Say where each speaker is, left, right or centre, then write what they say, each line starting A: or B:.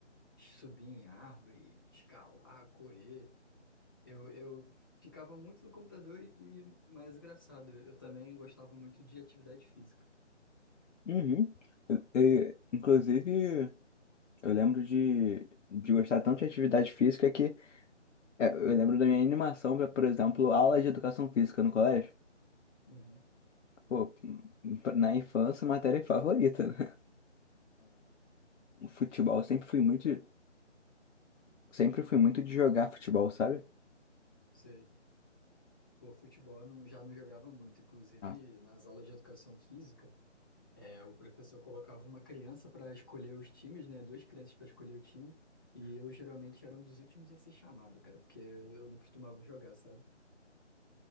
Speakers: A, on the left; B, on the left.
A: subir em árvore, escalar, correr. Eu, eu ficava muito no computador e, e mais engraçado, eu também gostava muito de atividade física.
B: Uhum. E- e, inclusive, eu lembro de, de gostar tanto de atividade física que É, eu lembro da minha animação pra, por exemplo, aula de educação física no colégio.
A: Uhum,
B: Pô, na infância, matéria favorita, né? <laughs> Futebol, eu sempre fui muito, sempre fui muito de jogar futebol, sabe?
A: sei. O futebol eu não, já não jogava muito. Inclusive,
B: Ah,
A: nas aulas de educação física, é, o professor colocava uma criança para escolher os times, né? Duas crianças para escolher o time. E Hum. eu geralmente era um dos últimos a ser chamado, cara, porque eu não costumava jogar, sabe?